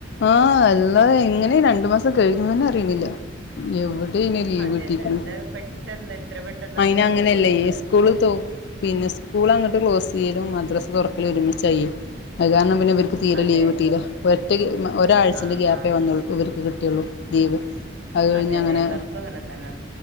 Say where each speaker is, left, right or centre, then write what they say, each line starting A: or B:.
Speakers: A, on the left; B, on the right.
A: ആഹ് അല്ലാതെ എങ്ങനെയ രണ്ടു മാസം കഴിഞ്ഞുനന്നെ അറിയണില്ല. എവ് എവടെ അയ്ന് ലീവ്
B: അതെ
A: കിട്ടിരിക്കുന്നു
B: അതെ ഇത് പെട്ടെന്ന് എത്ര പെട്ടെന്നാ
A: അയിന്
B: തീർന്നു
A: അങ്ങനെയല്ലേ
B: പോകുന്നത് അറിയോ
A: സ്കൂളിൽ തോ പിന്നെ സ്കൂൾ അങ്ങോട്ട് ക്ലോസ് ചെയ്യലും മദ്രസ് തുറക്കൽ ഒരുമിച്ചായി അത് കാരണം പിന്നെ തീരെ
B: അതെ
A: ലീവ് കിട്ടീല ഒറ്റ ഒരാഴ്ചന്റെ
B: ആഹ്
A: ഗ്യാപ്പേ
B: ആഹ്
A: വന്നൂ ഇവർക്ക് കിട്ടിയുള്ളൂ. ലീവ് അത് കഴിഞ്ഞ്
B: അതെ അതെ
A: അങ്ങനെ
B: എല്ലാർക്കും അങ്ങനെ തന്നെ